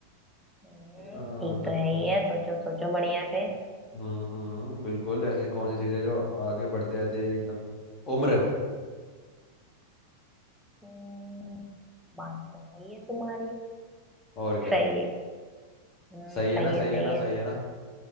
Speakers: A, in the centre; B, on the left.
A: हम्म,
B: आ,
A: ठीक
B: ग-
A: तो है ही
B: आ,
A: है सोचो सोचो बढ़िया से
B: हम्म हम्म बिल्कुल ऐसी कौन सी चीज़ है जो आगे बढ़ते जाते एकदम उम्र
A: हम्म बात तो सही है तुम्हारी
B: और क्या
A: सही है हम्म
B: सही
A: सही
B: है ना
A: है
B: सही
A: सही
B: है ना
A: है
B: सही है ना